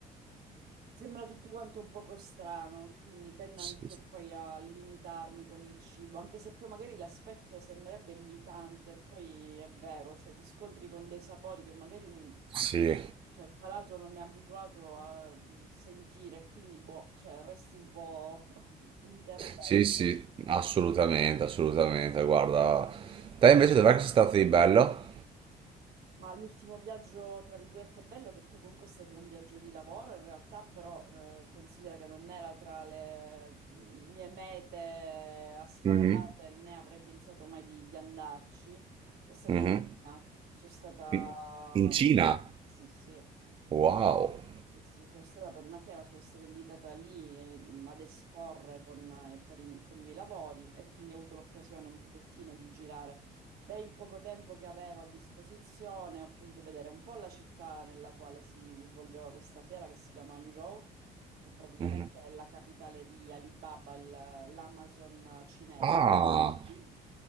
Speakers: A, on the right; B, on the right.
A: sembra tutto quanto un poco strano, quindi tendo
B: Sì.
A: anch'io poi a limitarmi con il cibo, anche se poi magari l'aspetto sembrerebbe invitante, poi è vero, cioè ti scontri con dei sapori che magari, mm,
B: Sì.
A: cioè, il palato non è abituato a mm, sentire, quindi, boh, cioè, resti un po' <laughs> interdetto.
B: Sì, sì, assolutamente, assolutamente. Guarda, te invece dov'è che sei stato di bello?
A: Ma l'ultimo viaggio, tra virgolette, bello, che poi comunque è stato un viaggio di lavoro, in realtà però eh, considera che non era tra le mm, mie mete aspirate,
B: Mhm,
A: né avrei pensato mai di, di andarci, è stata
B: mhm.
A: in Cina. Sono stata
B: In in Cina?
A: per un- Sì, sì.
B: Wow.
A: Sì, sì, sono stata per una fiera, sono stata invitata lì ehm, ad esporre con, eh, per i, con i miei lavori e quindi ho avuto l'occasione un pochettino di girare. Per il poco tempo che avevo a disposizione ho potuto vedere un po' la città nella quale si svolgeva questa fiera che si chiama Hangzhou, che praticamente
B: Mhm.
A: è la capitale di Alibaba, il- l'Amazon cinese.
B: Ah,
A: <laughs>